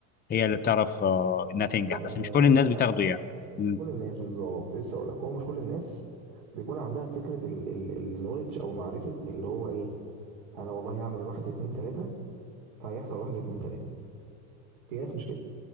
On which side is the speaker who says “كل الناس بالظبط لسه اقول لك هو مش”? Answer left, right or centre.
Right